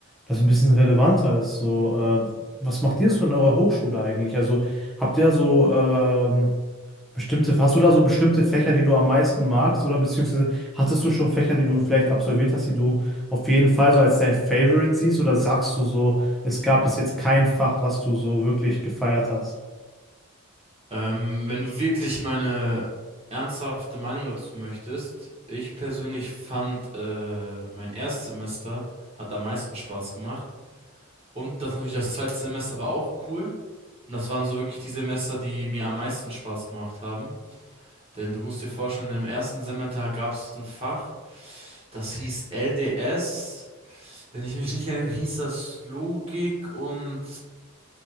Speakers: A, in the centre; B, on the right.
A: das ein bisschen relevanter ist, so äh, was macht ihr so in eurer Hochschule eigentlich? Also habt ihr so ähm, bestimmte, hast du da so bestimmte Fächer, die du am meisten magst oder beziehungsweise hattest du schon Fächer, die du vielleicht absolviert hast, die du auf jeden Fall so als dein Favorite siehst oder sagst du so, es gab bis jetzt kein Fach, was du so wirklich gefeiert hast?
B: Ähm, wenn du wirklich meine ernsthafte Meinung dazu möchtest, ich persönlich fand, äh, mein Erstsemester hat am meisten Spaß gemacht. Und das natürlich, das zweite Semester war auch cool, Und das waren so wirklich die Semester, die mir am meisten Spaß gemacht haben. Denn du musst dir vorstellen, im ersten Semester gab es ein Fach, das hieß LDS. Wenn ich mich nicht erinnere, hieß das Logik und